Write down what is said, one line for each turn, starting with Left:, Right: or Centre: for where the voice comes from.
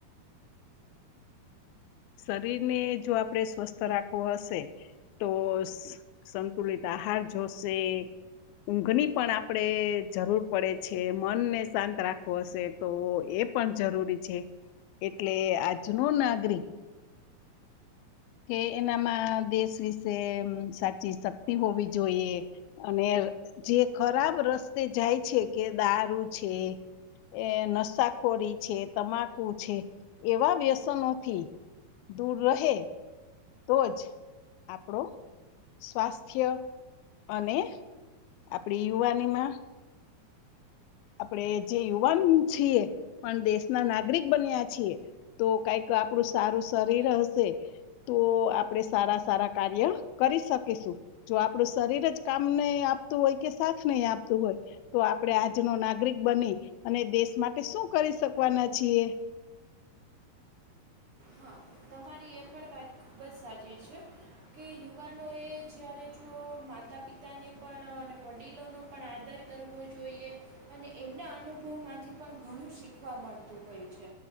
Left: શરીર ને જો આપણેે સ્વસ્થ રાખવું હશે. ટોસ સંતુલિત આહાર જોશે. ઊંઘની પણ આપડણે જરૂર પડે છે મનને શાંત રાખવો હશે. તો એ પણ જરૂરી છે એટલે આજનો નાગરિક કે એનામાં દેશ વિશે સાચી શક્તિ હોવી જોઈએ. અને જે ખરાબ રસ્તે જાય છે કે દારૂ છે. એ નસાખોરી છે તમાકુ છે એવા વ્યસનોથી દૂર રહે તો જ આપણો સ્વાસ્થ્ય અને આપણી યુવાની માં આપણેે જે યુવાન છીએ પણ દેશના નાગરિક બન્યા છીએ. તો કઈક આપડું સારું શરીર હશે. તો આપણેે સારા સારા કાર્ય કરી શકીશું. જો આપણું શરીર જ કામ ન આપતું હોય કે સાથ નહી આપતું હોય તો આપડણે આજ જેનો નાગરિક બની અને દેશ માટે શું કરી શકવાના છીએ.
Right: હા તમારી એ પણ વાત ખૂબ જ સાચી છે. કે યુવાનો એ જ્યારે જો માતા પિતાને પણ અને વડીલોનો પણ આદર કરવું જોઈએ અને એમના અનુભવમાંથી પણ ઘણું શીખવા મળતું હોય છે.